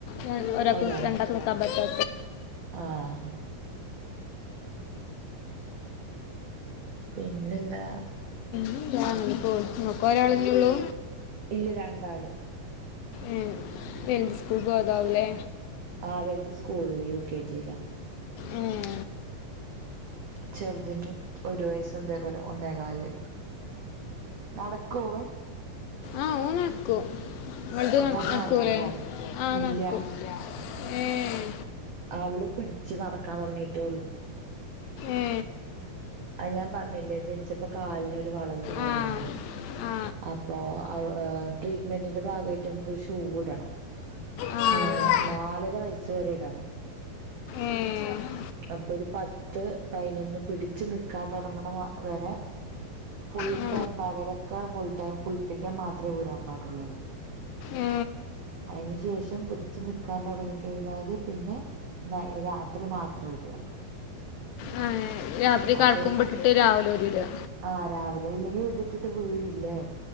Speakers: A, on the left; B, on the right.
A: ഞാൻ ഒരാക്ക്
B: ഒരാൾ
A: രണ്ടാക്ക് നിക്കാൻ പറ്റാ
B: ആഹ് പി പിന്നെന്താ
A: <inaudible> ഇങ്ങക്കൊരാളന്നെ ഒള്ളൂ
B: ഇല്ല രണ്ടാള്
A: ഉം വലുത് സ്കൂൾ പോയതാവൂലേ
B: ആഹ് വലുത് സ്കൂളില് യു കെ ജി ലാ
A: ഉം
B: ചെറുതിന് ഒരു വയസ് ഇതേപോലെ ഒന്നേകാല് നടക്കു അവൻ
A: ആഹ് ഓന്നടക്കും മ്മളത് നട്
B: തന്നെ
A: നടക്കൂലേ
B: നടക്കുംല്ലേ
A: ആഹ്
B: ഇല്ല
A: നട്ക്കും ഏഹ്
B: അവള് പിടിച്ചു നടക്കാൻ തുടങ്ങിയിട്ടേ
A: ഏ
B: അയ് ഞാൻ പറഞ്ഞില്ലേ ജനിച്ചപ്പോ കാലിനൊരു വളവുണ്ടായിരുന്നുന്ന്
A: ആ ആ
B: അപ്പൊ അവ് ആ ട്രീറ്റ്മെന്റിന്റെ ഭാഗായിട്ട് നമുക്കൊരു ഷൂ ഇടണം.
A: ആ
B: ആഹ്
A: ആ
B: നാലര വയസ് വരെ ഇടണം.
A: ഏ
B: അപ്പൊര് പത്ത് പയിനൊന്ന് പിടി ച്ച്ന്ന് ക്കാൻ തൊടങ്ങണ വ വരെ ഫുൾ
A: ആ.
B: ടൈം പകലൊക്ക ഫുൾ ടൈം കുളിപ്പിക്കാൻ മാത്രേ ഊരാൻ പാടുള്ളായിരുന്നു
A: ഏ.
B: അയ്നു ശേഷം പിടിച്ച് നിക്കാൻ തൊടങ്ങി കഴിഞ്ഞാല് പിന്നെ നൈ രാത്രി മാത്ര ഇട്ആ തുടങ്ങിക്കഴിഞ്ഞാല് പിന്നെ രാത്രി മാത്രം ഇട
A: ആ, രാത്രി
B: അപ്പ
A: കടക്കുമ്പോ ഇട്ടിട്ട് രാവിലെ ഒരിടുക
B: ആ രാവിലെ ഇല്ലെങ്കിൽ ഇതിട്ടിട്ട് വീഴില്ലേ